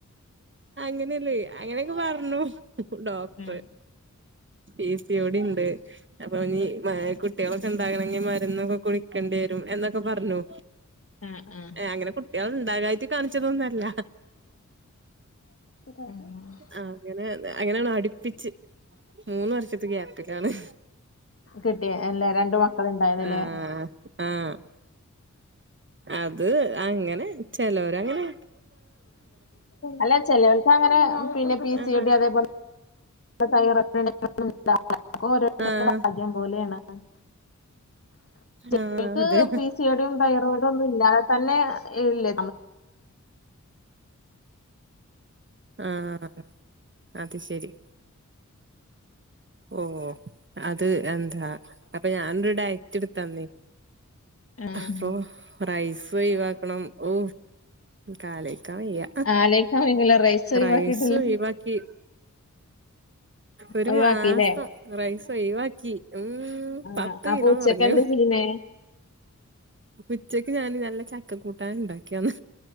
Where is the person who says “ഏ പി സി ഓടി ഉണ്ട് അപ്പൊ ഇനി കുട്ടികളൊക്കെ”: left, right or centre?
Right